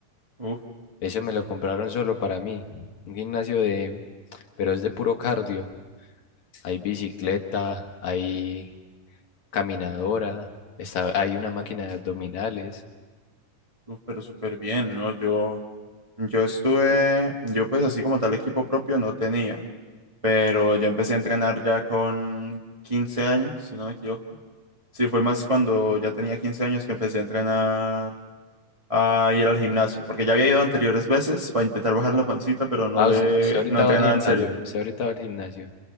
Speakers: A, on the right; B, on the left.
A: Uf,
B: Ese me lo compraron solo para mí. Un gimnasio de, pero es de puro cardio. Hay bicicleta,
A: ok,
B: hay caminadora, está, hay una máquina de abdominales.
A: uf, pero súper bien, ¿no? Yo, yo estuve, yo pues así como tal equipo propio no tenía, pero yo empecé a entrenar ya con 15 años, si no me equivoco. Sí, fue más cuando ya tenía 15 años que empecé a entrenar a ir al gimnasio, porque ya había ido anteriores veces para intentar bajar la pancita, pero no
B: Ah,
A: le
B: usted, usted ahorita
A: no entré
B: va al
A: nada
B: gimnasio,
A: en serio.
B: usted ahorita va al gimnasio.